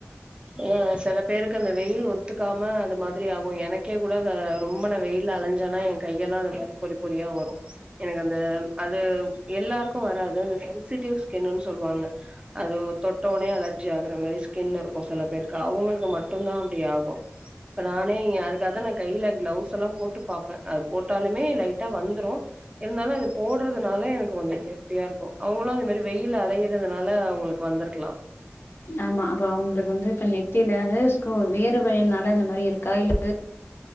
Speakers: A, on the right; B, on the left.
A: ஆ சில பேருக்கு அந்த வெயில் ஒத்துக்காம அது மாதிரி ஆகு எனக்கே கூ டதா ரொம்ப நா வெயில்ல அலஞ் சன்னா ஏ கையெல்லா அந்த மாரி பொரிப் பொரியா வரு எனக்கு அந்த அது எல்லாருக்கு வராது அந்த சென்சிடிவ் ஸ்கின்னுன் சொல்வாங்க அது தொட்ட ஒன்னே அலர் ஜி ஆகர மாறி ஸ்கின்னு இரு க்கு சில பேருக்கு அவுங்களுக்கு மட்டுந்தா அப்டி ஆகு இப்ப நானே இங்க அதுக்காக்தா நா இங் கைல க்ளவுஸெல்லா போட்டு பாப்ப அது போட்டாலுமே லைட்டா வந்துரு இருந்தாலு அது போட்ற துனால எனக்கு கொஞ்சொ சேஃப்டியா இருக்கு அவுங்களு அது மேரி வெயில்ல அலையிறதுனால அவுங்களுக்கு வந்துருக்லா
B: ஆமா அப்ப அவ்ங்களுக்கு வந்து இப்ப நெத்திலதே ஸ்கூ வேர்வைனால இந்த மாரி இருக்கா இல்ல <inaudible>